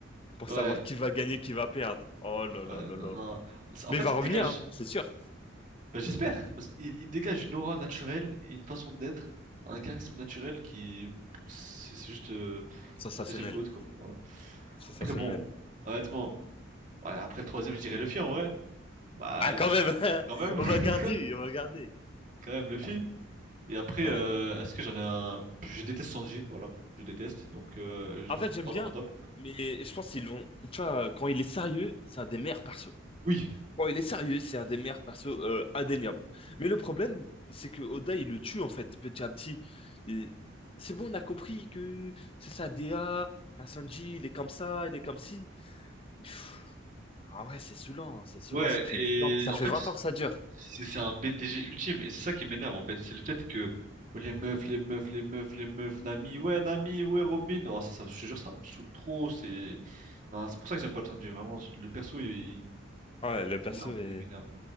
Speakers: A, on the left; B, on the right.
A: pour
B: Ouais.
A: savoir qui va gagner, qui va perdre. Oh là
B: Ouais,
A: là là
B: non,
A: là.
B: non. C'est- En
A: Mais
B: fait,
A: il va
B: il
A: revenir,
B: dégage.
A: hein, c'est sûr.
B: bah, j'espère. Parce qu'il il dégage une aura naturelle et une façon d'être. Un charisme naturel qui. C'est c'est juste euh,
A: Sensationnel.
B: le deuxième GOAT, quoi. Voilà.
A: Sensationnel.
B: Après, bon, honnêtement, ouais, après le troisième, je dirais le film en vrai. Bah,
A: Ah, quand
B: juste
A: même, <laughs>
B: quand même.
A: on
B: <laughs>
A: va garder, on va garder.
B: quand même Luffy. Et après,
A: Ouais.
B: euh, est-ce que j'en ai un... Je déteste Sanji, voilà. Je déteste, donc euh, je
A: En
B: le
A: fait,
B: mettrai
A: j'aime
B: pas
A: bien,
B: dans mon top.
A: mais je pense qu'ils l'ont. Tu vois, quand il est sérieux, c'est un des meilleurs persos.
B: Oui.
A: Oh, il est sérieux, c'est un des meilleurs persos euh, indéniable. Mais le problème, c'est que Oda, il le tue en fait, petit à petit. Et C'est bon, on a compris que c'est ça, DA, un Sanji, il est comme ça, il est comme ci. Mais pff, en vrai, c'est saoulant, hein, c'est saoulant,
B: Ouais,
A: ça fait
B: et
A: 10 ans, ça
B: en
A: fait
B: fait,
A: 20 ans que ça dure.
B: c'est c'est un BDG ultime, et c'est ça qui m'énerve, en fait. C'est le fait que oh, les meufs, les meufs, les meufs, les meufs, Nami, ouais, Nami, ouais, Robin. Oh, ça, ça, je te jure, ça me saoule trop, c'est... Non, c'est pour ça que j'aime pas le Sanji, vraiment. Le perso, il, il
A: Ouais, le perso
B: m'énerve,
A: est,
B: il m'énerve.